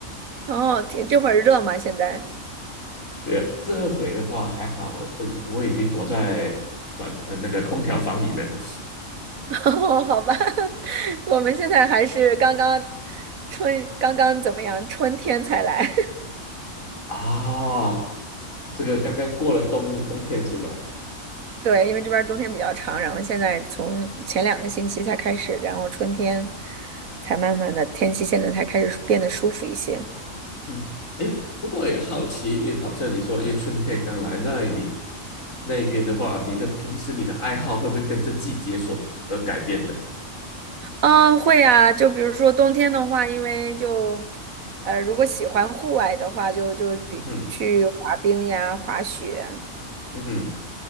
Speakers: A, on the right; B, on the left.
A: 哦，天，这会儿热吗？现在？
B: 对，这回的话还好，我我已经躲在暖呃那个空调房里面了。
A: 嗯 <laughs> 哦，好吧，<laughs> 我们现在还是刚刚春，刚刚怎么样？春天才来。
B: <laughs> 啊，这个刚刚过了冬冬天是吧？
A: <laughs> 对，因为这边儿冬天比较长，然后现在从前两个星期才开始，然后春天才慢慢的天气现在才开始变得舒服一些。
B: 嗯，诶，不过也好奇，因为好像你说，因为春天刚来，那你那边的话，你的平时你的爱好会不会跟着季节所而改变呢？
A: 嗯，会呀，就比如说冬天的话，因为就，呃，如果喜欢户外的话，就就比去滑冰呀、
B: 嗯哼，
A: 滑雪，
B: 嗯哼，